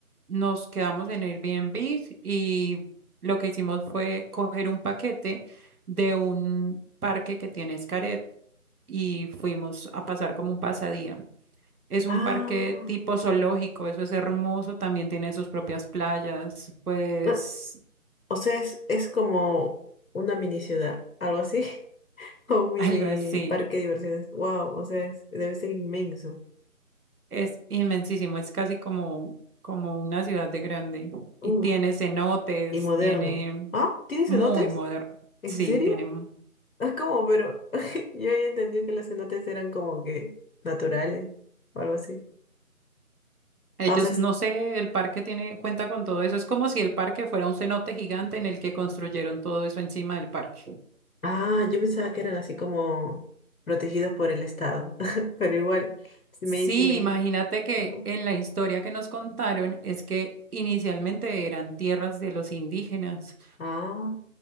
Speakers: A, on the right; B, on the left.
A: nos quedamos en Airbnb y lo que hicimos fue coger un paquete de un parque que tiene Xcaret y fuimos a pasar como un pasadía. Es
B: Ah,
A: un parque tipo zoológico, eso es hermoso, también tiene sus propias playas, pues
B: no, o sea, es, es como una mini ciudad, algo así, <laughs> o un mini
A: Algo así.
B: parque de diversiones. Wow, o sea, es- debe ser inmenso.
A: Es inmensísimo, es casi como, como una ciudad de grande.
B: Uh,
A: Y tiene cenotes,
B: y moderno.
A: tiene
B: Ah, ¿tiene
A: muy
B: cenotes?
A: moderno.
B: ¿En
A: Sí,
B: serio?
A: tienen.
B: Ah, ¿cómo? Pero <laughs> yo había entendido que los cenotes eran como que naturales o algo así.
A: Ellos,
B: Ah, o sea,
A: no sé, el parque tiene, cuenta con todo eso. Es como si el parque fuera un cenote gigante en el que construyeron todo eso encima del parque.
B: Ah, yo pensaba que eran así como protegidos por el Estado, <laughs> pero igual, sí
A: Sí,
B: me hice, sí me
A: imagínate
B: hice.
A: que
B: Ajá.
A: en la historia que nos contaron es que inicialmente eran tierras de los indígenas.
B: Ah,